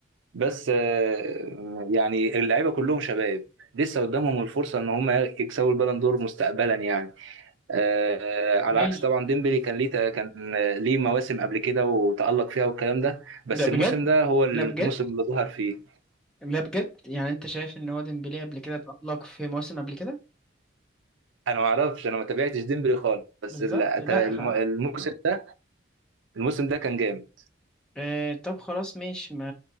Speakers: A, on the right (about 75°); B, in the centre.
A: بس آه يعني اللعيبة كلهم شباب لسه قدامهم الفرصة إن هم يكسبوا البالون دور مستقبلا يعني آه على
B: ماشي
A: عكس طبعا ديمبلي كان ليه كان ليه مواسم قبل كده وتألق فيها والكلام ده بس
B: ده بجد
A: الموسم ده هو الموسم
B: لا بجد
A: اللي ظهر فيه
B: لا بجد يعني انت شايف ان هو ديمبلي قبل كده تألق في مواسم قبل كده
A: انا ما اعرفش انا ما تابعتش ديمبلي خالص بس
B: بالظبط
A: ال-
B: لا
A: الم-
B: خ...
A: الموسم ده الموسم ده كان جامد
B: آه طب خلاص ماشي ما